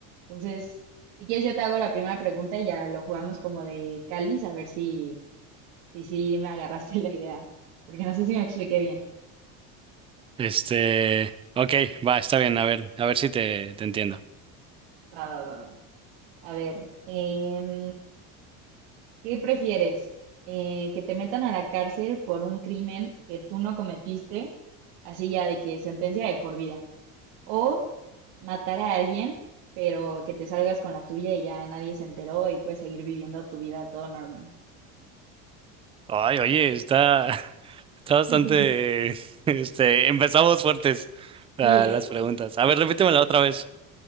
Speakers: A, on the right; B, on the right.
A: Entonces, si quieres yo te hago la primera pregunta y ya lo jugamos como de cáliz, a ver si Sí, sí, me agarraste <laughs> la idea, porque no sé si me expliqué bien.
B: Este, ok, va, está bien. A ver, a ver si te, te entiendo.
A: Va, va, va, va. A ver, em, ¿qué prefieres? Eh, ¿que te metan a la cárcel por un crimen que tú no cometiste, así ya de que sentencia de por vida? ¿O matar a alguien, pero que te salgas con la tuya y ya nadie se enteró y puedes seguir viviendo tu vida todo normal?
B: Ay, oye, está, <laughs> está bastante,
A: <laughs>
B: este, empezamos fuertes ah,
A: Sí, ¿eh?
B: las preguntas. A ver, repítemela otra vez.